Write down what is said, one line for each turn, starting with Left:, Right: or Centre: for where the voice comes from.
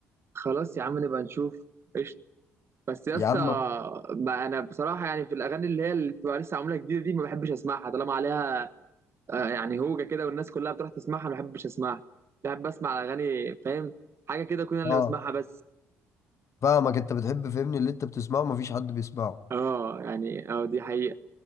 Right: خلاص يا عم نبقى نشوف قشطه بس يا
Left: يا
Right: اسطى
Left: عم
Right: بقى انا بصراحه يعني في الاغاني اللي هي اللي بتبقى لسه معموله جديده دي ما بحبش اسمعها طالما عليها آه، يعني هوجة كده والناس كلها بتروح تسمعها ما بحبش اسمعها بحب اسمع اغاني فاهم حاجه كده كل انا اللي
Left: اه
Right: بسمعها بس
Left: فاهمك انت بتحب فهمني اللي انت بتسمعه مفيش حد بيسمعه
Right: اه يعني اه دي حقيقه